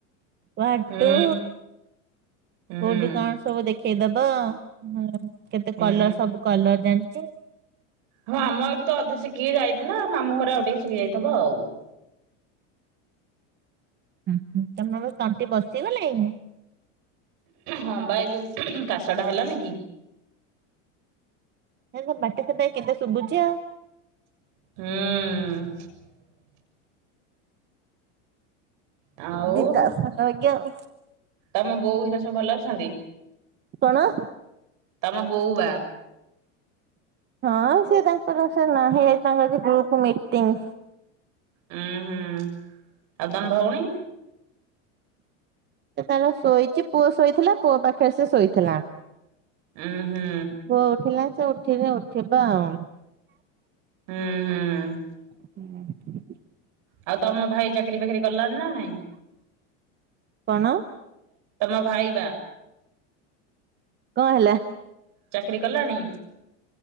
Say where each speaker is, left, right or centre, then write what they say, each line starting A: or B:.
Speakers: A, on the right (about 30°); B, on the right (about 55°).
A: ୱାନ
B: ହୁଁ
A: ଟୁ
B: ହୁଁ
A: କୋଉଠି କଣ ସବୁ ଦେଖେଇଦବ ହ କେତେ
B: ହୁଁ
A: କଲର ସବୁ କଲର ଜାଣିଛୁ?
B: ହଁ ଆମ ଏଇଠି ତ ଅଧେ ଶିଖିକି ଯାଇଥିଲା ମାମୁଁ ଘରେ ଆଉଟିକେ ଶିଖି ଯାଇଥିବ ଆଉ। <inaudible>
A: ହୁଁ ହୁଁ ତମର ତଣ୍ଟି ବସିଗଲା କି?
B: ହଁ ବା ଏଇ ଯୋଉ କାଶ ଟା ହେଲାନି କି?
A: ଏ ତମ ତଣ୍ଟି କେମିତି ଶୁଭୁଛି ଆଉ
B: ହୁଁ ଆଉ
A: ସୁଦିତ ସଲ <unintelligible>
B: ତମ ବୋଉ ଘରିକା ସବୁ ଭଲ ଅଛନ୍ତି?
A: କଣ
B: ତମେ ବୋଉ ବା
A: ହଁ ସେଇ ତାଙ୍କର ସେ ନହେଲେ ଗ୍ରୁପ ମିଟିଂ।
B: ହୁଁ ହୁଁ ଆଉ ତମ ଭଉଣୀ?
A: ସେ ତାର ଶୋଇଛି, ପୁଅ ଶୋଇଥିଲା, ପୁଅ ପାଖରେ ସେ ଶୋଇଥିଲା।
B: ହୁଁ ହୁଁ
A: ପୁଅ ଉଠିଲା ସେ ଉଠିନି ଉଠିବା ଆଉ।
B: ହୁଁ ହୁଁ
A: ହୁଁ
B: ଆଉ ତମ ଭାଇ ଚାକିରି ଫାକିରି କଲାଣି ନା ନାଇଁ?
A: କଣ
B: ତମ ଭାଇ ବା।
A: କଣ ହେଲା।
B: ଚାକିରୀ କଲାଣି?